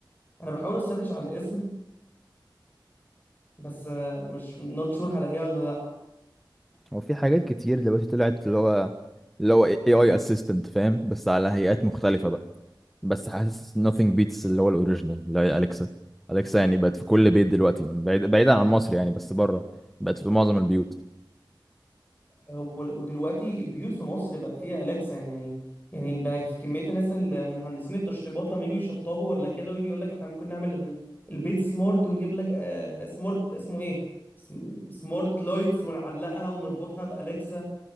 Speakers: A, on the left; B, in the centre.
A: انا بحاول اسرش على الاسم بس آه، مش نوت شور هلاقيها ولا لا
B: هو في حاجات كتير دلوقتي طلعت اللي هو اللي هو اي اي اسيستنت فاهم بس على هيئات مختلفة بقى بس حاسس nothing beats اللي هو الاوريجينال اللي هي اليكسا اليكسا يعني بقت في كل بيت دلوقتي بعيد بعيدا عن مصر يعني بس بره بقت في معظم البيوت
A: وال- ودلوقتي البيوت في مصر بقى فيها أليكسا يعني يعني بقى في كمية الناس المهندسين التشطيبات لما يجوا يشطبوا ولا كده ويجي يقول لك احنا ممكن نعمل ال- البيت سمارت ونجيب لك آه سمارت اسمه ايه سم- سمارت لايتس ونعلقها ونربطها بأليكسا